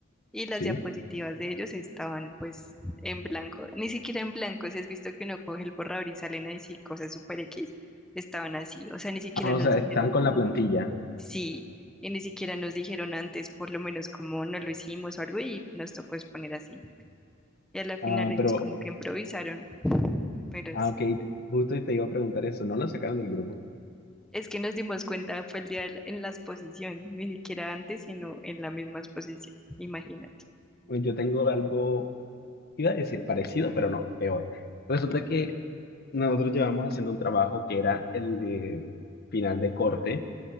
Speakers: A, in the centre; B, on the left.
A: y las
B: ¿Sí?
A: diapositivas de ellos estaban pues en blanco, ni siquiera en blanco, si has visto que uno coge el borrador y salen ahí sí cosas super X, estaban así, o sea, ni siquiera
B: Ah, o
A: nos
B: sea,
A: dijeron
B: estaban con
A: como
B: la plantilla,
A: sí, y ni siquiera nos dijeron antes, por lo menos como no lo hicimos o algo y nos tocó exponer así. Y a la final
B: ah,
A: ellos
B: pero,
A: como que improvisaron, pero
B: ah,
A: sí.
B: ok, justo te iba a preguntar eso, ¿no lo sacaron del grupo?
A: Es que nos dimos cuenta, fue el día del- en la exposición, ni siquiera antes, sino en la misma exposición, imagínate.
B: Pues Yo tengo algo, iba a decir parecido, pero no, peor. Resulta que nosotros llevamos haciendo un trabajo que era el de final de corte